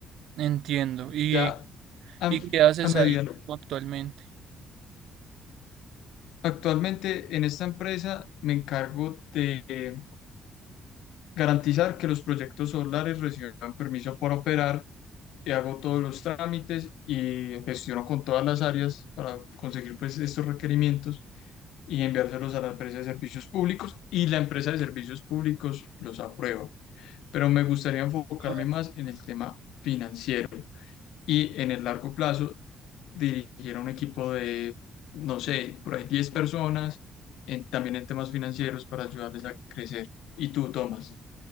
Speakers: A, on the right; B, on the left.
A: entiendo. ¿Y,
B: Ya a,
A: y qué haces
B: a medida,
A: ahí actualmente?
B: actualmente en esta empresa me encargo de eh, garantizar que los proyectos solares reciban permiso para operar. Y hago todos los trámites y gestiono con todas las áreas para conseguir pues estos requerimientos y enviárselos a la empresa de servicios públicos y la empresa de servicios públicos los aprueba. pero me gustaría enfocarme
A: Ah,
B: más en el tema financiero y en el largo plazo dirigir a un equipo de, no sé, por ahí 10 personas, en- también en temas financieros para ayudarles a crecer. Y tú, Tomás.